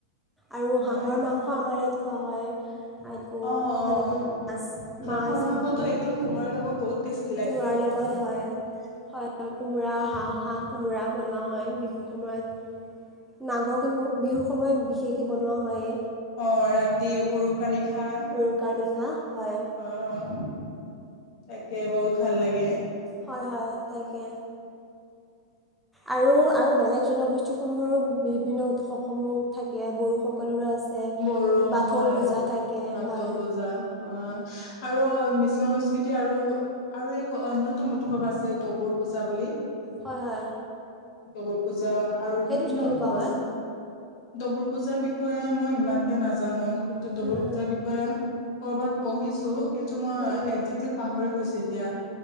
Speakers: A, in the centre; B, on the left.
A: আৰু
B: হয়
A: হাঁহৰ মাংস আমাৰ ইয়াত খোৱা হয়। আকৌ
B: অ',
A: তেনেকৈ
B: অ',
A: মাছ
B: হাঁহৰ
A: মাছ
B: মাংখতো
A: মাংস
B: একদম কোমোৰাৰ লগত বহুত টেষ্ট
A: কোমোৰাৰ লগত হয়, হয় কোমোৰাৰ হাঁহ হাঁহ কোমোৰা বনোৱা হয় বিহু সময়ত মাঘৰখিনি বিহুৰ সময়ত বিশেষকৈ বনোৱা হয়ে।
B: অ', ৰাতি উৰুকা নিশা
A: উৰুকাৰ নিশা হয়
B: অ', তাকে বহুত ভাল লাগে।
A: হয়, হয় তাকে। আৰু আৰু বেলেগ জনগোষ্ঠীসমূহৰো বিভিন্ন উৎসৱসমূহ থাকে বড়োসকলোৰে আছে
B: বড়ো
A: বাথৌ
B: হয়
A: পূজা থাকে
B: বাথৌ
A: হয়
B: পুজা অ' আৰু মিচ এতিয়া আৰু আৰু এক অন্যতম উৎসৱ আছে ডবৰ পূজা বুলি।
A: হয় হয়
B: দগৰ পূজা আৰু
A: সেইটোত
B: বিভিন্ন
A: কেনেকুৱা
B: উৎসৱ
A: হয়
B: আছে। ডবুৰ পূজাৰ বিষয়ে মই ইমানকে নাজানো। কিন্তু ডবুৰ
A: উম
B: পূজাৰ বিষয়ে কৰবাত পঢ়িছো কিন্তু মই
A: উম উম উম উম
B: একজেক্টলি পাহৰি গৈছো এতিয়া।